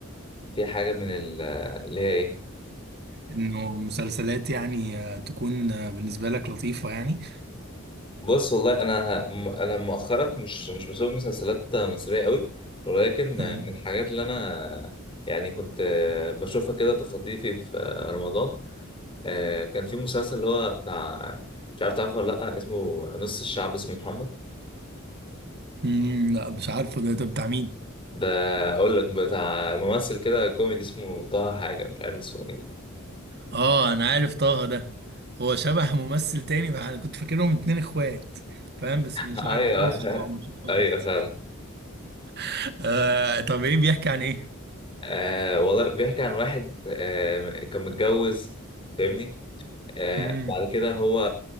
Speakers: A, on the left; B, on the right.
A: في حاجه من ال- اللي هي ايه
B: انه مسلسلات يعني آه، تكون آه، بالنسبة لك لطيفة يعني
A: بص والله انا م- انا مؤخرا مش مش بشوف مسلسلات مصريه قوي ولكن من
B: آه،
A: الحاجات اللي انا يعني كنت بشوفها كده تخطيفي في رمضان آه، كان في مسلسل اللي هو بتاع مش عارف تعرفه ولا لا اسمه نص الشعب اسمه محمد
B: مم، لا مش عارفه ده ده بتاع مين
A: ده اقول لك بتاع ممثل كده كوميدي اسمه طه حاجه مش عارف اسمه ايه
B: اه انا عارف طه ده هو شبه ممثل تاني بقى انا كنت فاكرهم اتنين اخوات فاهم بس
A: <laughs>
B: مش
A: ايوه
B: عارف هتلاقوا
A: ايوه
B: صحاب مش اخوات
A: أيوة فعلا
B: <laughs> آه طب ايه بيحكي عن ايه
A: آه والله بيحكي عن واحد آه كان متجوز فاهمني آه
B: امم
A: بعد كده هو